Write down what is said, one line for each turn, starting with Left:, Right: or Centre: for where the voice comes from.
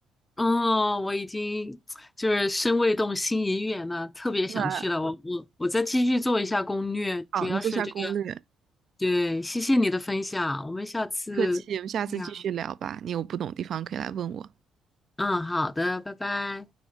Left: 哦，我已经就是身未动，心已远了，特别想去了。
Right: 对，
Left: 我我我再继续做一下攻略，
Right: 好，
Left: 主要是这个。
Right: 你做下攻略，
Left: 对，谢谢你的分享，我们下次再聊。
Right: 客气，我们下次继续聊吧。你有不懂的地方可以来问我。
Left: 嗯，好的，拜拜。